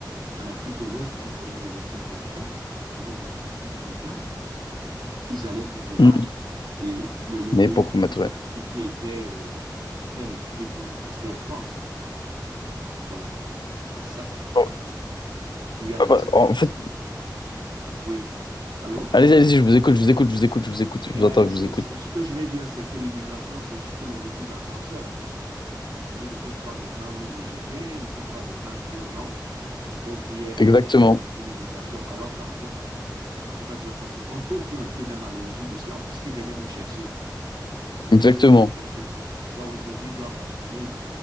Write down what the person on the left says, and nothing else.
Hmm.
Mais
pour
combattre, ouais.
Bon,
bah,
bah, En fait,
allez, allez-y, je vous écoute, je vous écoute, je vous écoute, je vous écoute, je
vous entends, je
vous écoute.
Exactement,
exactement.